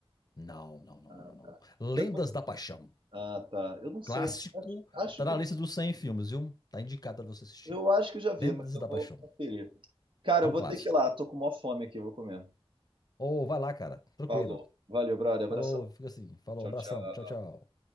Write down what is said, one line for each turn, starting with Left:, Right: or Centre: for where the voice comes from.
Left: Não, não, não,
Right: Ah,
Left: não, não, não.
Right: tá.
Left: Lendas
Right: Depois-
Left: da Paixão.
Right: Ah, tá. Eu não sei.
Left: Clássico.
Right: Acho, acho
Left: Tá
Right: que
Left: na
Right: eu,
Left: lista dos 100 filmes, viu? Tá indicado pra você assistir.
Right: eu acho que eu já vi,
Left: Lendas
Right: mas eu
Left: da
Right: vou
Left: Paixão.
Right: conferir. Cara,
Left: É
Right: eu
Left: um
Right: vou
Left: clássico.
Right: ter que ir lá. Tô com maior fome aqui, eu vou comer.
Left: Ô, vai lá, cara. Tranquilo.
Right: Falou. Valeu, brother. Abração.
Left: Falou, fica assim. Falou,
Right: Tchau,
Left: abração.
Right: tchau.
Left: Tchau, tchau.